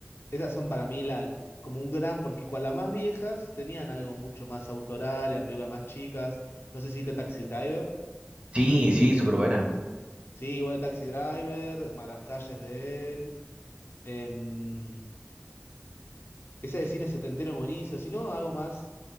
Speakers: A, on the left (about 70°); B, on the right (about 30°).
A: esas son para mí la, como un gran, porque con las más viejas tenían algo mucho más autoral, eran películas más chicas. No sé si viste Taxi Driver.
B: Sí, sí, súper buena.
A: Sí, igual Taxi Driver, Malas calles de él. em, Esa de cine setentero es buenísimo. Si no, hago más.